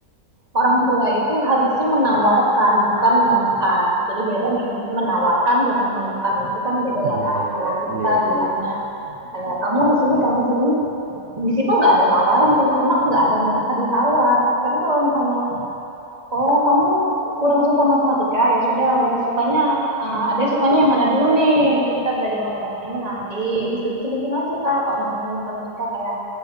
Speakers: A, on the right; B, on the right.
A: orang tua itu harusnya menawarkan, bukan menekan. Jadi beda nih, menawarkan dengan menekan itu kan beda ya
B: iya,
A: Kak.
B: iya,
A: Kalau
B: iya,
A: kita
B: iya, iya,
A: bilangnya
B: iya.
A: kayak kamu harus ini, kamu harus ini, di situ nggak ada tawaran tuh, anak nggak ada ngerasa ditawar. Tapi kalau misalnya, oh kamu kurang suka matematika ya sudah ya sukanya ah, ada sukanya yang mana dulu nih nanti kita belajar matematikanya nanti diselip-selipin aja kak kalau misalnya matematika kayak